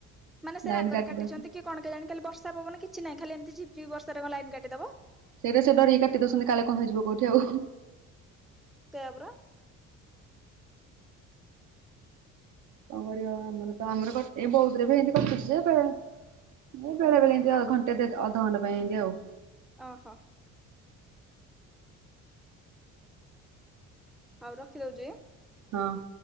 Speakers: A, in the centre; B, on the right.
A: ମାନେ ସେ
B: ଲାଇନ
A: ରାଗରେ
B: କାଟି
A: କାଟିଛନ୍ତି
B: ଦଉଛନ୍ତି।
A: କି କଣ କେଜାଣି? ଖାଲି ବର୍ଷା ପବନ କିଛି ନାହିଁ, ଖାଲି ଏମତିି ଝିପି ଝିପି ବର୍ଷାରେ କଣ ଲାଇନ୍ କାଟିଦେବ?
B: ସେଇଟା ସେ ଡରିକି କାଟି ଦେଉଛନ୍ତି କାଳେ କଣ ହେଇଯିବ କୋଉଠି ଆଉ--?
A: ସେଇଆ ପରା।
B: କଣ କରିବ ଆମର ତ, ଆମର ତ ବୋହୁତ ରେ ଭି ହେମତି କଟୁଛି ଯେ ବେଳେ
A: ହୁଁ
B: ବେଳେ ଏତି ଘଣ୍ଟେ ଅଧଘଣ୍ଟେ ପାଇଁ ଏମିତି ଆଉ
A: ଅହ ଆଉ ରଖି ଦଉଛି, ଆଁ
B: ହଁ ।